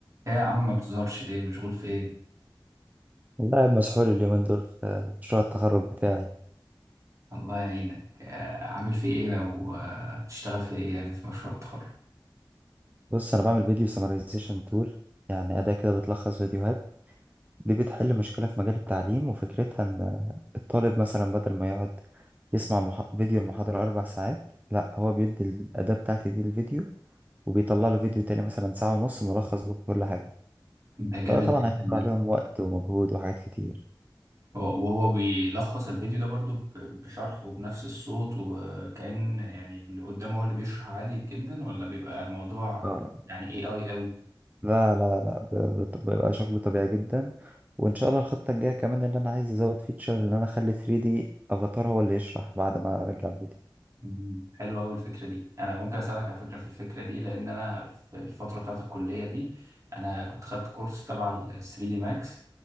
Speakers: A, on the right (about 40°); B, on the right (about 20°).
A: ايه يا عم ما بتظهرش ليه مشغول في ايه
B: والله قاعد مسحول اليومين دول في مشروع التخرج بتاعي
A: الله يعينك آه، عامل في ايه او آه، بتشتغل في ايه يعني في مشروع التخرج
B: بص انا بعمل فيديو سمرايزيشن تول يعني اداة كده بتلخص فيديوهات دي بتحل مشكلة في مجال التعليم وفكرتها ان الطالب مثلا بدل ما يقعد يسمع مح... فيديو المحاضرة اربع ساعات لا هو بيدي الاداة بتاعتي دي الفيديو وبيطلع له فيديو تاني مثلا ساعة ونص ملخص بكل حاجة
A: ده جامد
B: فده طبعا
A: جدا
B: هيوفر
A: ده
B: عليهم وقت ومجهود وحاجات كتير
A: هو- وهو بيلخص الفيديو ده برضو ب- بشرح وبنفس الصوت وكأن يعني اللي قدامه هو اللي بيشرح عادي جدا ولا بيبقى موضوع
B: اه
A: يعني اي اي قوي
B: لا لا لا ب- بت- بيبقى شكله طبيعي جدا وان شاء الله الخطة الجاية كمان اللي انا عايز ازود فيتشر ان انا اخلي 3D افاتار هو اللي يشرح بعد ما ارجع الفيديو
A: مم، حلوة قوي الفكرة دي انا ممكن اساعدك على فكرة في الفكرة دي لان انا في الفترة بتاعت الكلية دي انا كنت خدت كورس تبع ال 3 دي ماكس